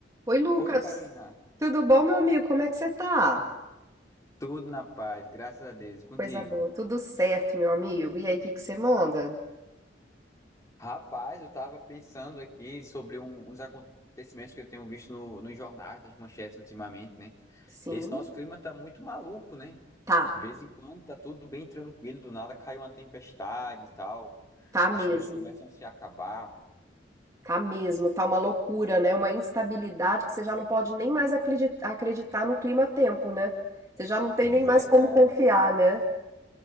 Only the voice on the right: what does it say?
Oi, Lucas.
Tudo bom, meu amigo? Como é que você tá?
Coisa boa. Tudo certo, meu amigo. E aí, o que que você manda?
Sim,
tá.
Tá
mesmo.
Tá mesmo. Tá uma loucura, né? Uma instabilidade que você já não pode nem mais acredi- acreditar no clima-tempo, né? Você já não tem
nem mais como confiar, né?